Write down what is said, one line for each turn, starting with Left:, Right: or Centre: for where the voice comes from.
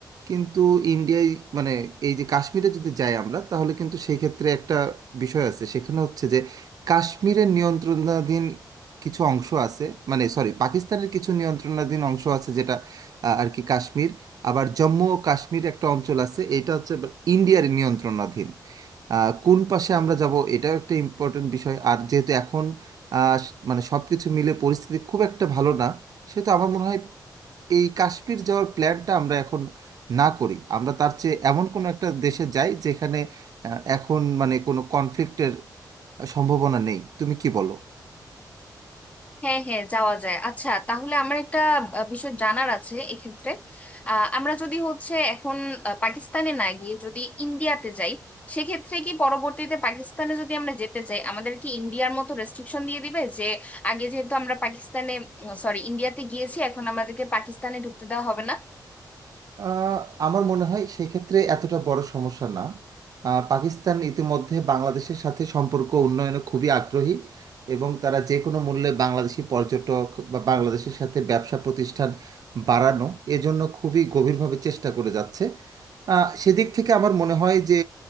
Right: কিন্তু ইন্ডিয়ায় মানে এই যে কাশ্মীরে যদি যাই আমরা তাহলে কিন্তু সেই ক্ষেত্রে একটা বিষয় আছে সেখানে হচ্ছে যে কাশ্মীরের নিয়ন্ত্রণাধীন কিছু অংশ আছে মানে সরি পাকিস্তানের কিছু নিয়ন্ত্রণাধীন অংশ আছে যেটা আহ, আর কি কাশ্মীর আবার জম্মু ও কাশ্মীর একটা অঞ্চল আছে এটা হচ্ছে আবার ইন্ডিয়ার নিয়ন্ত্রণাধীন আহ, কোন পাশে আমরা যাব এটাও একটা ইম্পর্টেন্ট বিষয় আর যেহেতু এখন আহ, স- মানে সব কিছু মিলে পরিস্থিতি খুব একটা ভালো না সেহেতু আমার মনে হয় এই কাশ্মীর যাওয়ার প্ল্যানটা আমরা এখন না করি আমরা তার চেয়ে এমন কোনো একটা দেশে যাই যেখানে আহ, এখন মানে কোনো কনফ্লিক্টের সম্ভাবনা নেই তুমি কি বলো
Left: হ্যাঁ হ্যাঁ যাওয়া যায় আচ্ছা তাহলে আমার একটা আহ, বিষয় জানার আছে এক্ষেত্রে আহ, আমরা যদি হচ্ছে এখন আহ, পাকিস্তানে না গিয়ে যদি ইন্ডিয়াতে যাই সেক্ষেত্রে কি পরবর্তীতে পাকিস্তানে যদি আমরা যেতে চাই আমাদের কি ইন্ডিয়ার মতো রেস্ট্রিকশন দিয়ে দিবে যে আগে যেহেতু আমরা পাকিস্তানে সরি ইন্ডিয়াতে গিয়েছি এখন আমাদেরকে পাকিস্তানে ঢুকতে দেওয়া হবে না
Right: আহ, আমার মনে হয় সেক্ষেত্রে এতটা বড় সমস্যা না আহ, পাকিস্তান ইতিমধ্যে বাংলাদেশের সাথে সম্পর্ক উন্নয়নে খুবই আগ্রহী এবং তারা যে কোনো মূল্যে বাংলাদেশি পর্যটক বা বাংলাদেশের সাথে ব্যবসা প্রতিষ্ঠান বাড়ানো এজন্য খুবই গভীরভাবে চেষ্টা করে যাচ্ছে আহ, সেদিক থেকে আমার মনে হয় যে